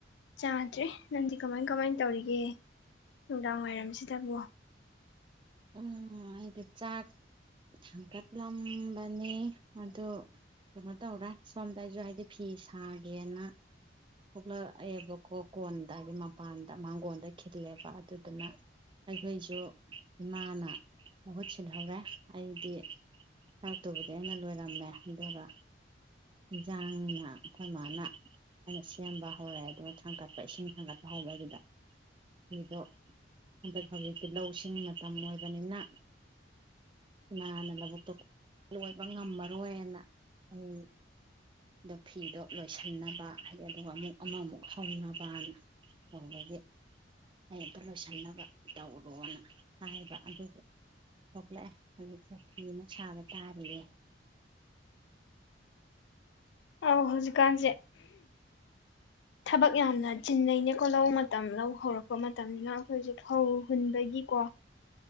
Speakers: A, on the left; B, on the right.
A: ꯆꯥꯗ꯭ꯔꯦ ꯅꯪꯗꯤ ꯀꯃꯥꯏꯅ ꯀꯃꯥꯏꯅ ꯇꯧꯔꯤꯒꯦ ꯅꯨꯡꯗꯥꯡꯋꯥꯏꯔꯝꯁꯤꯗꯕꯣ
B: ꯎꯝ ꯑꯩꯗꯤ ꯆꯥꯛ ꯊꯥꯡꯀꯠꯂꯝꯕꯅꯤ ꯑꯗꯨ ꯀꯩꯅꯣ ꯇꯧꯔꯦ ꯁꯣꯝꯗ ꯑꯩꯁꯨ ꯍꯥꯏꯗꯤ ꯐꯤ ꯁꯥꯒꯦꯅ ꯄꯣꯛꯂꯛꯑꯦꯕꯀꯣ ꯀꯣꯟꯗ ꯍꯥꯏꯕꯗꯤ ꯃꯄꯥꯟꯗ ꯃꯥꯡꯒꯣꯟꯜꯗ ꯈꯤꯜꯂꯦꯕ ꯑꯗꯨꯗꯨꯅ ꯑꯩꯈꯣꯏꯁꯨ ꯏꯃꯥꯅ ꯃꯍꯨꯠ ꯁꯤꯜꯍꯧꯔꯦ ꯑꯩꯗꯤ ꯆꯔꯛꯇꯨꯕꯗꯤ ꯑꯩꯅ ꯂꯣꯏꯔꯝꯃꯦ ꯑꯗꯨꯒ ꯏꯟꯖꯥꯡꯅ ꯑꯩꯈꯣꯏ ꯃꯥꯅ ꯑꯩꯅ ꯁꯦꯝꯕ ꯍꯧꯔꯛꯦ ꯑꯗꯨꯒ ꯊꯥꯡꯒꯠꯄ ꯏꯁꯤꯡ ꯊꯥꯡꯒꯠꯄ ꯍꯧꯔꯦ ꯑꯗꯨꯗ ꯐꯤꯗꯣ ꯍꯧꯖꯤꯛꯇꯤ ꯂꯧꯁꯤꯡ ꯃꯇꯝ ꯑꯣꯏꯕꯅꯤꯅ ꯏꯅꯥꯅ ꯂꯧꯕꯨꯛꯇꯣ ꯂꯣꯏꯕ ꯉꯝꯃꯔꯣꯏꯅ ꯑꯩꯗꯣ ꯐꯤꯗꯣ ꯂꯣꯏꯁꯤꯟꯅꯕ ꯍꯥꯏꯗꯤ ꯑꯗꯨꯒ ꯑꯃꯨꯛ ꯑꯃꯃꯨꯛ ꯍꯧꯅꯕꯅ ꯇꯧꯕꯒꯤ ꯀ ꯑꯝꯇ ꯂꯣꯏꯁꯤꯟꯅꯕ ꯇꯧꯔꯣꯅ ꯍꯥꯏꯕ ꯑꯗꯨꯁꯨ ꯊꯣꯛꯂꯛꯑꯦ ꯍꯧꯖꯤꯛꯁꯊꯤ ꯑꯃꯨꯛ ꯁꯥꯕ ꯇꯥꯔꯌꯦꯦ
A: ꯑꯧ ꯍꯧꯖꯤꯛꯀꯥꯟꯁꯦ ꯊꯕꯛ ꯌꯥꯝꯅ ꯆꯤꯟꯅꯩꯅꯦꯀꯣ ꯂꯧ ꯃꯇꯝ ꯂꯧ ꯍꯧꯔꯛꯄ ꯃꯇꯝꯅꯤꯅ ꯑꯩꯈꯣꯏꯁꯦ ꯐꯧ ꯍꯨꯟꯕꯒꯤꯀꯣ